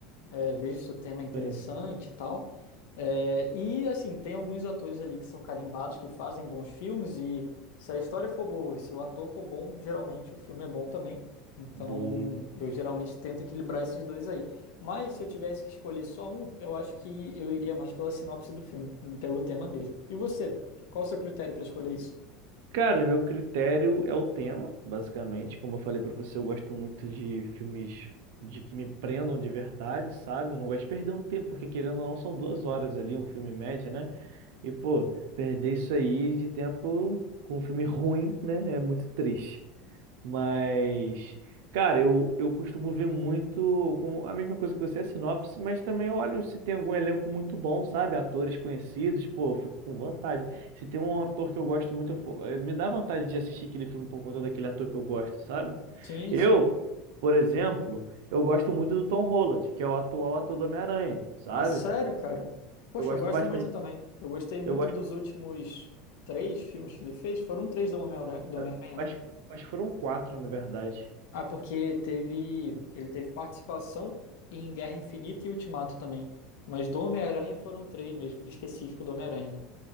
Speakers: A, on the left; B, on the right.
A: é, vejo se o tema é interessante
B: Sim.
A: e tal. É, e assim, tem alguns atores ali que são carimbados, que fazem bons filmes, e se a história for boa e se o ator for bom, geralmente o filme é bom também. Então,
B: Boa.
A: eu geralmente tento equilibrar esses dois aí. Mas se eu tivesse que escolher só um, eu acho que eu iria mais pela sinopse do filme, pelo tema mesmo. E você? Qual o seu critério para escolher isso?
B: Cara, meu critério é o tema, basicamente. Como eu falei pra você, eu gosto muito de filmes de que me prendam de verdade, sabe? Eu não gosto de perder um tempo, porque querendo ou não, são duas horas ali, um filme em média, né? E, pô, perder isso aí de tempo com um filme <laughs> ruim, né? É muito triste. Mas, cara, eu, eu costumo ver muito como a mesma coisa que você, a sinopse, mas também olho se tem algum elenco muito bom, sabe? Atores conhecidos, pô, eu fico com vontade. Se tem um ator que eu gosto muito, eu fo- eh, me dá vontade de assistir aquele filme por conta daquele ator que eu gosto, sabe?
A: Sim,
B: Eu,
A: sim.
B: por exemplo, eu gosto muito do Tom Holland, que é o atual ator do Homem-Aranha, sabe?
A: Ah, sério, cara? Poxa,
B: Eu gosto
A: eu gosto
B: bastante.
A: muito também. Eu gostei muito
B: Eu gosto.
A: dos últimos três filmes que ele fez. Foram três do Homem-Aranha, do Homem-Aranha,
B: eh,
A: né?
B: Acho, acho que foram quatro, na verdade.
A: Ah, porque teve, ele teve participação em Guerra Infinita e Ultimato também. Mas do Homem-Aranha foram três mesmo, específico do Homem-Aranha, né?